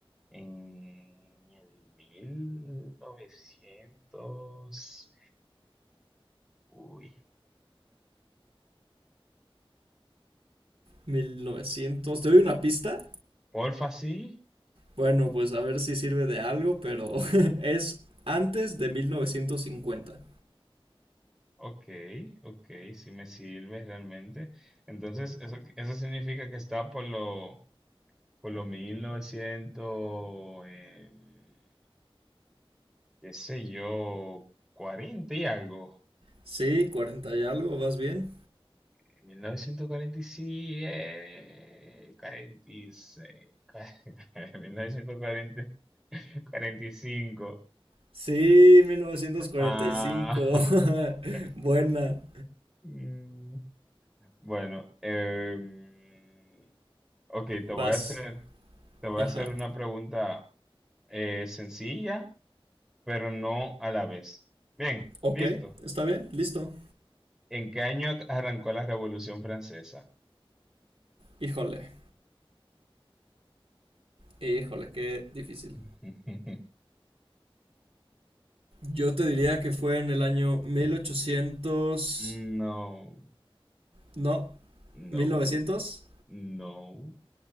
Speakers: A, in the centre; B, on the right.
A: En el mil novecientos, Uy.
B: 1900. ¿Te doy una pista?
A: Porfa, sí.
B: Bueno, pues a ver si sirve de algo, pero <laughs> es antes de mil novecientos cincuenta.
A: Ok, ok, sí me sirve realmente. Entonces, eso, eso significa que está por lo, por lo 1900, eh, qué sé yo, cuarenta y algo.
B: Sí, cuarenta y algo, ¿vas bien?
A: mil mil novecientos novecientos cuarenta y siete, cuarenta y seis, <laughs> mil novecientos cuarenta cuarenta y cinco.
B: Sí, mil novecientos cuarenta
A: Ah,
B: y cinco. <laughs>
A: <laughs>
B: Buena.
A: mm, bueno, em, ok, te
B: Vas.
A: voy a hacer, te voy
B: Ajá.
A: a hacer una pregunta eh, sencilla, pero no a la vez. Bien,
B: Ok,
A: listo.
B: está bien, listo.
A: ¿En qué año arrancó la Revolución Francesa?
B: Híjole, híjole, qué difícil.
A: <laughs>
B: Yo te diría que fue en el año mil ochocientos,
A: No,
B: No,
A: no,
B: mil novecientos,
A: no.